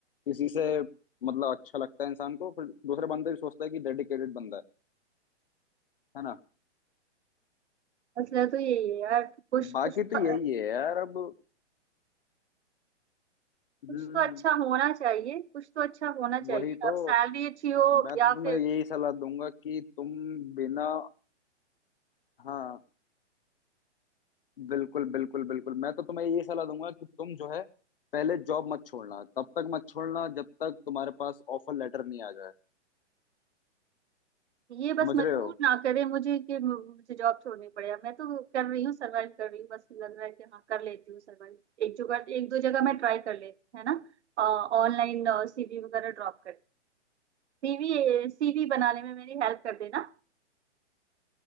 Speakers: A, on the left; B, on the right.
A: इसी से मतलब अच्छा लगता है इंसान को फिर दूसरे बंदे भी सोचता है कि डेडिकेटेड बंदा है है ना
B: मसला तो यही है यार कि कुछ
A: बाकी
B: कुछ
A: तो
B: तो
A: यही है यार अब हम्म
B: कुछ तो अच्छा होना चाहिए कुछ तो अच्छा होना चाहिए
A: वही तो
B: अब सैलरी अच्छी हो
A: मैं
B: या
A: तो तुम्हें
B: फिर
A: यही सलाह दूंगा कि तुम बिना हाँ बिल्कुल बिल्कुल बिल्कुल मैं तो तुम्हें यही सलाह दूंगा कि तुम जो है पहले जॉब मत छोड़ना तब तक मत छोड़ना जब तक तुम्हारे पास ऑफर लेटर नहीं आ जाए
B: ये बस
A: समझ
B: मजबूर
A: रहे हो
B: ना करे मुझे कि मु- मुझे जॉब छोड़नी पड़े अब मैं तो कर रही हूँ सरवाइव कर रही हूँ बस लग रहा है कि हाँ कर लेती हूँ सरवाइव एक जगह एक दो जगह मैं ट्राई कर लेती हूँ, है ना ऑनलाइन सीवी वगैरह ड्रॉप कर सीवी सीवी बनाने में मेरी हेल्प कर देना